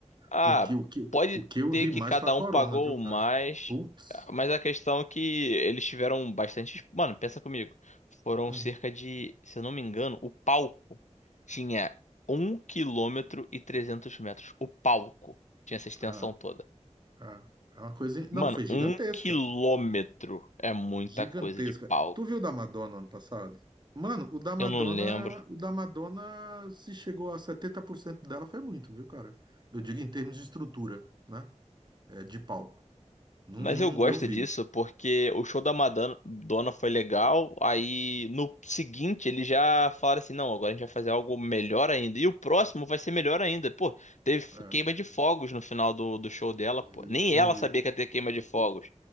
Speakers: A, on the left (about 75°); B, on the right (about 40°).
A: Ah,
B: Porque o que,
A: pode
B: o que eu
A: ter
B: vi
A: que
B: mais
A: cada
B: foi a Corona,
A: um pagou
B: viu, cara?
A: mais,
B: Putz.
A: mas a questão é que eles tiveram bastante. Mano, pensa comigo. Foram
B: Hum.
A: cerca de, se eu não me engano, o palco tinha um quilômetro e 300 metros. O palco tinha essa extensão
B: Ah,
A: toda.
B: ah. É uma coisa. Não,
A: Mano,
B: foi gigantesca.
A: um quilômetro é muita
B: Gigantesca.
A: coisa de palco.
B: Tu viu o da Madonna ano passado? Mano, o da Madonna,
A: Eu não lembro
B: o da Madonna, se chegou a 70% dela, foi muito, viu, cara? Eu digo em termos de estrutura, né? É, de palco. Não,
A: Mas
B: não,
A: eu gosto
B: eu vi.
A: disso porque o show da Madonna foi legal. Aí no seguinte eles já falaram assim: não, agora a gente vai fazer algo melhor ainda. E o próximo vai ser melhor ainda. Pô, teve
B: É.
A: queima de fogos no final do, do show dela.
B: Eu
A: Pô.
B: vi,
A: Nem
B: eu
A: ela
B: vi.
A: sabia que ia ter queima de fogos.